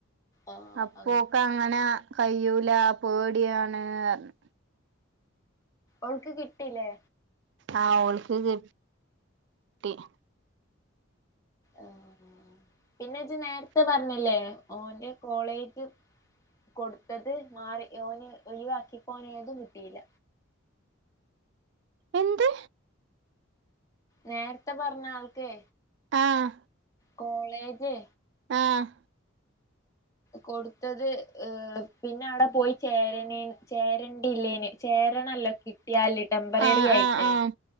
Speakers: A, on the left (about 15°); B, on the right (about 55°).
A: ആഹ്
B: അപ്പോക്കങ്ങനെ
A: അങ്ങ
B: കയൂല പേടിയാണ് പറഞ്ഞ്
A: ഓൾക്ക് കിട്ടീല്ലേ
B: ആ ഓൾക്ക് കി ട്ടിന
A: ആഹ് ആഹ് പിന്നെജ് നേരത്തെ പറഞ്ഞില്ലേ ഓൻ്റെ കോളേജ് കൊടുത്തത് മാറി ഓന് ഒഴിവാക്കിപ്പോന് ഏതും കിട്ടീല്ല
B: എന്ത്
A: നേരത്തെ പറഞ്ഞാൾക്കേ
B: ആഹ്
A: കോളേജേ
B: ആഹ്
A: കൊടുത്തത് പിന്നാടെ പോയി ചേരണേ ചേരൻ ഇല്ലേന് ചേരണല്ലോ കിട്ടിയാല് ടെമ്പററി
B: ആഹ്
A: ആയിട്ട്
B: ആഹ് ആഹ്